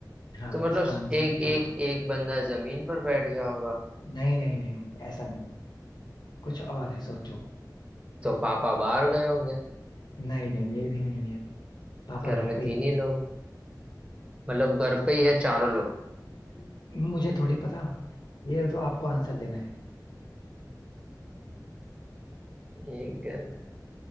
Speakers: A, on the left; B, on the right.
A: हाँ
B: तो
A: इसका
B: मतलब
A: आंसर
B: एक
A: क्या होगा
B: एक एक बंदा जमीन पर बैठ गया होगा
A: नहीं नहीं नहीं नहीं, ऐसा नहीं कुछ और है सोचो
B: तो पापा बाहर गए होंगे
A: नहीं नहीं ये भी नहीं है पापा
B: घर
A: घर
B: में
A: पे
B: तीन
A: ही
B: ही लोग मतलब घर पे ही है चारों लोग
A: है मुझे थोड़ी पता ये तो आपको आंसर देना है
B: एक घर में